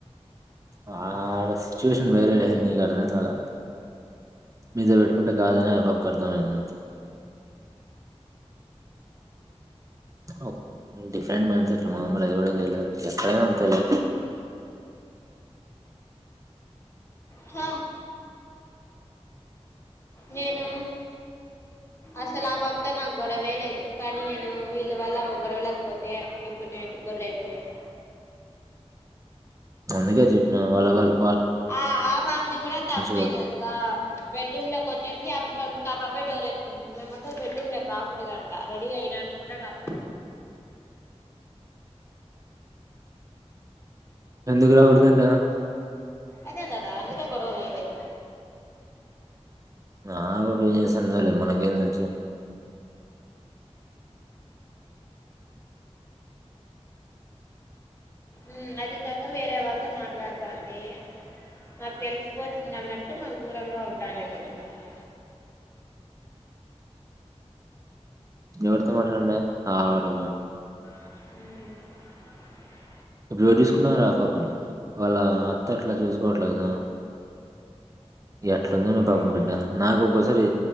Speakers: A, on the right; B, on the left.
A: ఆడ సిచ్యువేషన్ వేరే లే నీకు అర్థం కాల మీతో పెట్కుంటే కాదని ఆ పాపకు అర్థమయింది అంతే అవ్ డిఫరెంట్ మైండ్ సెట్లు మాములే అది ఎవ్వడు ఏం చేయలేరు ఎక్కడైనా అంతేలే
B: హ నేను అసలు ఆ పాపతో నాకు గొడవే లేదు కానీ నేను వీళ్ళ వల్ల గొడవలకుపోతే ఇప్పుడు నేను గొర్రై అయిపోయాను
A: అందుకే చెప్పిన వాళ్ళ వాళ్ళ్
B: ఆ ఆ పాపది కూడా తప్పే
A: కాబట్టి
B: తెలుసా బెడ్రూమ్ లకు వచ్చేసి ఆపాప అంతట ఆపాపే డోర్ వేసుకుంటుంది మేము అసలు బెడ్రూమ్ లకు రాకడుదంట రెడీ అయిడానికి కూడా రా
A: ఎందుకు రాకుడుదంట
B: అదే కదా అందుకే గొడవలు అయిండది
A: ఆ పాప ఏం చేస్తుందోలే మనకేం తెలుసు
B: ఉమ్ అది కాక వేరే వాళ్ళతో మాట్లాడతాంది మాకు తెలిసిపోతుంది అన్నట్టు మాకు దూరంగా ఉంటాంది కొంచం కొంచం
A: ఎవరితో మాట్లాడిండే ఆడు
B: ఉమ్
A: ఇప్పుడు ఎవరు తీసుకున్నరు ఆ పాపని వాళ్ళ అత్త అట్లా చూసుకోవట్లేదా ఎట్లా వుందోనే పాపం
B: ఏమో
A: బిడ్డ నాకు ఒక్కొక్కసారి